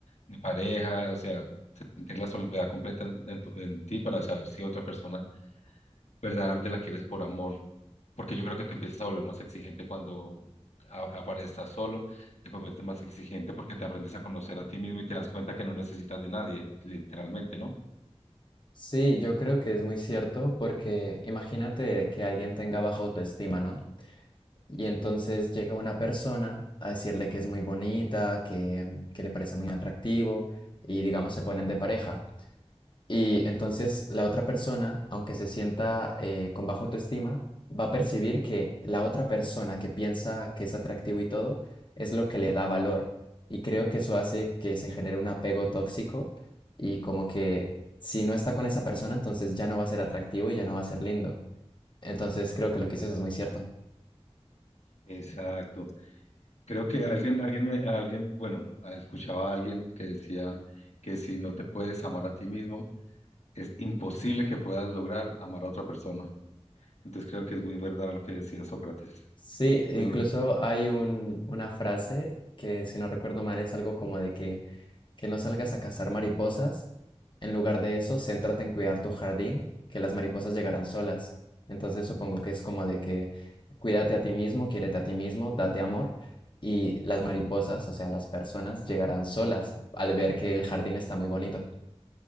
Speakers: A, on the left; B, on the left.
A: ni pareja, o sea, sentir la soledad completa en, en tu- en ti para saber si otra persona verdaderamente la quieres por amor, porque yo creo que te empiezas a volver más exigente cuando a- aparezcas solo, te conviertes más exigente porque te aprendes a conocer a ti mismo y te das cuenta que no necesitas de nadie, literalmente, ¿no?
B: Sí, yo creo que es muy cierto porque imagínate que alguien tenga baja autoestima, ¿no? Y
A: Sí,
B: entonces llega una persona a decirle que es muy bonita, que, que le parece muy atractivo y digamos se ponen de pareja. Y entonces la otra persona, aunque se sienta eh, con baja autoestima, va a percibir que la otra persona que piensa que es atractivo y todo es lo que le da valor. Y creo que eso hace que se genere un apego tóxico y como que si no está con esa persona, entonces ya no va a ser atractivo y ya no va a ser lindo. Entonces creo que lo que dices es muy cierto.
A: exacto. Creo que alguien, alguien, me- alguien, bueno, ah, escuchaba a alguien que decía que si no te puedes amar a ti mismo, es imposible que puedas lograr amar a otra persona. Entonces creo que es muy verdad lo que decía Sócrates.
B: Sí, incluso
A: Pero bueno,
B: hay un, una frase que, si no recuerdo mal, es algo como de que, que no salgas a cazar mariposas. En lugar de eso, céntrate en cuidar tu jardín, que las mariposas llegarán solas. Entonces supongo que es como de que cuídate a ti mismo, quiérete a ti mismo, date amor, y las mariposas, o sea, las personas, llegarán solas al ver que el jardín está muy bonito.